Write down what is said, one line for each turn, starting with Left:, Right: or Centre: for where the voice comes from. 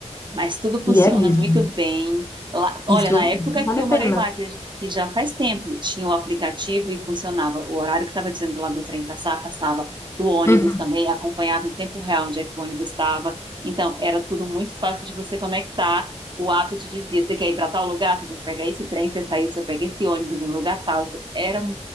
Right: mas tudo funciona
Left: E é mesmo.
Right: muito bem. Lá- olha,
Left: Isso,
Right: na época
Left: isso vale
Right: que eu
Left: a
Right: morei
Left: pena.
Right: lá, que, que já faz tempo, tinha o aplicativo e funcionava. O horário que estava dizendo lá do trem passar, passava do ônibus
Left: Uhum,
Right: também, acompanhava em tempo real onde é que o ônibus estava. Então, era tudo muito fácil de você conectar. O app te dizia, você quer ir para tal lugar, você tem que pegar esse trem, você saiu, você pega esse ônibus em lugar tal. Era